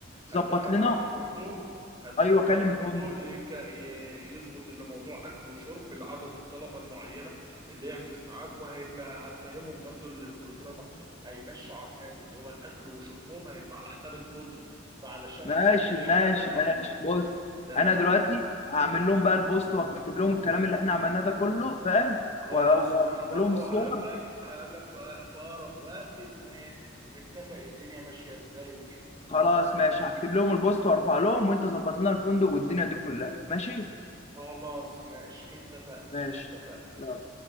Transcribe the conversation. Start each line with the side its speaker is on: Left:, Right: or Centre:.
Right: هتفق
Left: ظبط
Right: مع
Left: لنا
Right: الفندق هتفق
Left: ايوه
Right: مع
Left: كلم
Right: الفندق
Left: الفندق
Right: يك... ي- يظبط اللي موضوع اكل وشرب لعدد الطلبه المعينه اللي يحجز معاك وهيبقى هتفهمهم برضو اللي البروجرامر هيمشي على الاتي اللي هو الاكل وشربهم هيبقى على حساب الفندق فعلشان
Left: ماشي
Right: سعر الحاجه
Left: ماشي
Right: يعني
Left: ماشي
Right: وكده
Left: بص
Right: تمام
Left: انا دلوقتي هعمل لهم بقى البوست واكتب لهم الكلام اللي احنا عملناه ده كله فاهم
Right: خلاص
Left: و- وارفع
Right: وانا برضو
Left: لهم الصور
Right: هقابلك هقابلك في في اقرب وقت ان نتفق الدنيا ماشية ازاي وكده
Left: خلاص ماشي هكتب لهم البوست وارفع لهم وانت ظبط لنا الفندق والدنيا دي كلها ماشي
Right: خلاص ماشي اتفقنا
Left: ماشي
Right: اتفقنا
Left: يلا